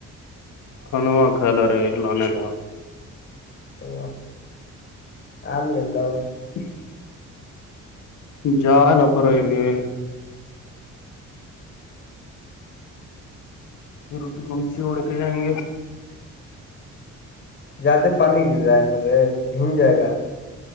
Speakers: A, on the left; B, on the left.
A: کھاناوا کائےلا رے لانلا
B: او آ ل لو
A: <unintelligible> جال ابر رہ پھر گمچی اوڑ کے جائیں گے
B: زیادہ پانی گر رہا ہے رے پگ جائے گا